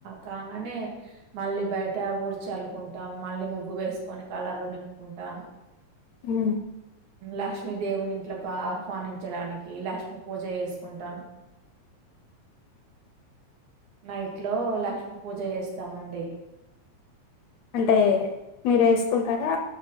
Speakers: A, on the right; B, on the left.
A: కంగా నే మళ్ళీ బయట ఊడ్చల్లుకుంటాం, మళ్ళీ ముగ్గు వేసుకొని కలర్లు నింపుకుంటాం.
B: హు
A: లక్ష్మీదేవిని ఇంట్లోకి ఆహ్వానించడానికి లక్ష్ పూజ చేసుకుంటాం నైట్ లో లక్ష్మీ పూజ చేస్తామం డి
B: అంటే మీరు వేసుకుంటారా